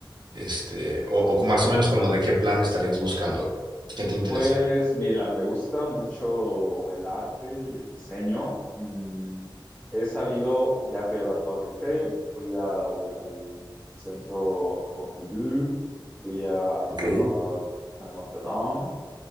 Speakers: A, on the right; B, on the left.
A: este, o, o más o menos como de qué plan estarías buscando, qué te interesa.
B: Pues mira, me gusta mucho el arte y el diseño. Mm, he salido, ya fui a la Torre Eiffel, fui al, al Centro Pompidou, fui a,
A: Ok.
B: a- a Notre Dame.